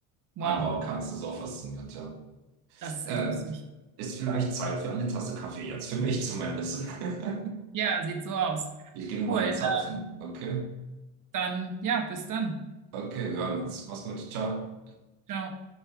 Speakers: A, on the right; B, on the right.
A: Wow.
B: anbauen kannst. Das ist auch faszinierend, ja.
A: Das ist echt
B: Äh,
A: lustig.
B: ist vielleicht Zeit für eine Tasse Kaffee jetzt, für mich zumindest. <laughs>
A: Ja, sieht so aus.
B: Ich gehe mir
A: Cool.
B: mal einen Zapfen.
A: ähm,
B: Okay,
A: Dann, ja, bis dann.
B: okay, wir hören uns. Mach's gut, ciao.
A: Ciao.